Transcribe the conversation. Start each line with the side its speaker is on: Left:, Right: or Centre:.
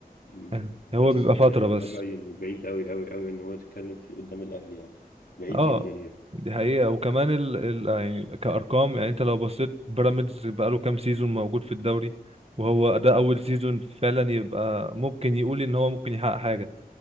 Left: أمم،
Right: يعني
Left: بس
Right: هو بيبقى
Left: يعني
Right: فتره
Left: انا
Right: بس
Left: رايي انه بعيد قوي قوي قوي ان هو يتكلم فيه قدام الاهلي يعني بعيد
Right: اه
Left: جدا يعني
Right: دي حقيقة وكمان ال... ال... آه، يعني كأرقام يعني انت لو بصيت بيراميدز بقاله كام سيزون موجود في الدوري وهو ده أول
Left: مم.
Right: سيزون فعلا يبقى ممكن يقول إن هو ممكن يحقق حاجة